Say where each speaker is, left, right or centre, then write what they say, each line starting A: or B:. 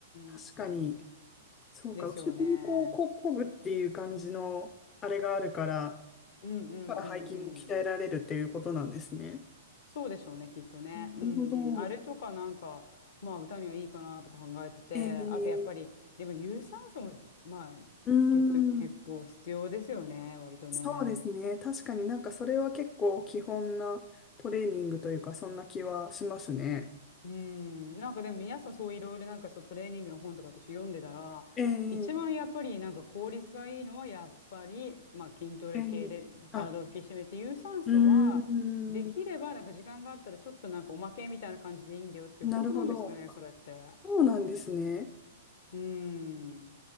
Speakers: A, on the left; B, on the left.
A: 確かに。
B: ん。
A: そうか、
B: ですよね。
A: 後ろにこう、こ、こぐっていう感じの、あれがあるから、
B: うんうんうんうん。
A: だから背筋も鍛えられるっていうことなんですね。
B: そうでしょうね、きっとね。
A: なるほど。
B: うんうん。あれとかなんか、まあ歌にはいいかなとか考えてて、
A: えー、
B: あとやっぱり、でも有酸素もじ、まあ、
A: うーん、
B: 結構、結構必要ですよね、割とね。
A: そうですね。確かになんかそれは結構基本なトレーニングというか、そんな気はしますね。
B: うん、なんかでも皆さんそういろいろなんかそうトレーニングの本とか私読んでたら、
A: えー、
B: 一番やっぱりなんか効率がいいのはやっぱり、まあ筋トレ系で体を引き締めて、
A: えー、あ、
B: 有酸素はできればなんか時間があったらちょっとなんかおまけみたいな感じでいいんだよって、
A: うーん、なるほど。
B: 本当なんですかね、それって。
A: そうなんですね。
B: うん、うん、